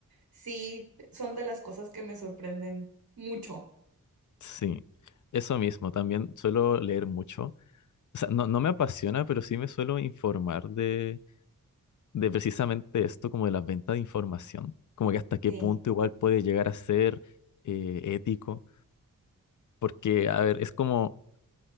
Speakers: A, on the right; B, on the left.
A: sí, son de las cosas que me sorprenden mucho.
B: Sí, eso mismo. También suelo leer mucho. O sea, no, no me apasiona, pero sí me suelo informar de, de precisamente esto, como de la venta de información. Como que hasta qué
A: Sí.
B: punto igual puede llegar a ser eh, ético. Porque, a ver, es como